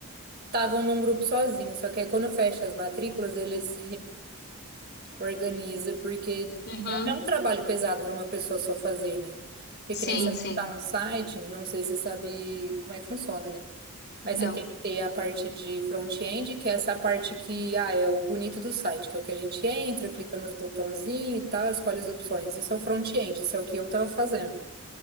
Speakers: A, on the right; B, on the left.
A: estavam num grupo sozinho. Só que aí, quando fecha as matrículas, eles reorganizam, porque
B: uhum.
A: é, é um trabalho pesado para uma pessoa só fazer, né? Porque
B: Sim,
A: nem você montar
B: sim.
A: um site, não sei se você sabe como é que funciona, né? Mas
B: Não.
A: você tem que ter a parte de front-end, que é essa parte que ah, é o bonito do site, que é o que a gente entra, clica nos botãozinhos e tal, escolhe as opções. Isso é o front-end, isso é o que eu tava fazendo.